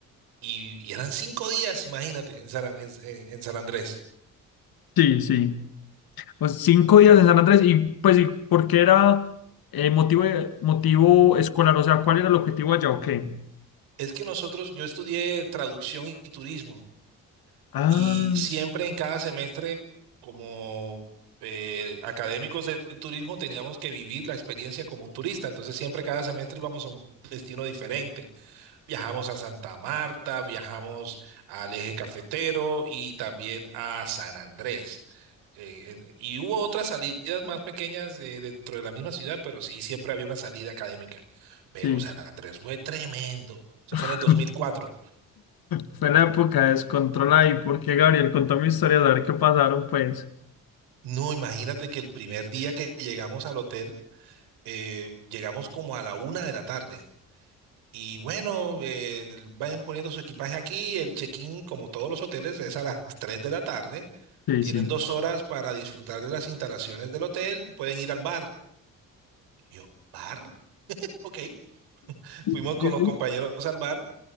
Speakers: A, on the right; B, on the left.
A: y, y eran cinco días, imagínate, en San, en en- en San Andrés.
B: Sí, sí. Pues cinco días en San Andrés y pues, ¿y por qué era eh, motivo, motivo escolar? O sea, ¿cuál era el objetivo allá o qué?
A: Es que nosotros, yo estudié traducción y turismo
B: Ah,
A: y siempre en cada semestre, como eh, académicos del turismo, teníamos que vivir la experiencia como un turista. Entonces siempre cada semestre íbamos a un destino diferente. Viajamos a Santa Marta, viajamos al Eje Cafetero y también a San Andrés. Eh, eh, y hubo otras salidas más pequeñas eh, dentro de la misma ciudad, pero sí, siempre había una salida académica. Pero
B: sí.
A: San Andrés fue tremendo. Eso
B: <laughs>
A: fue en el dos mil cuatro.
B: Fue la época de descontrol ahí, porque Gabriel contó mi historia, a ver qué pasaron, pues.
A: No, imagínate que el primer día que llegamos al hotel, eh, llegamos como a la una de la tarde. Y bueno, eh, vayan poniendo su equipaje aquí. El check-in, como todos los hoteles, es a las 3 de la tarde.
B: Sí,
A: Tienen
B: sí.
A: dos horas para disfrutar de las instalaciones del hotel. Pueden ir al bar. Y yo, ¿bar? Ok. Fuimos
B: Sí,
A: con los compañeros al bar.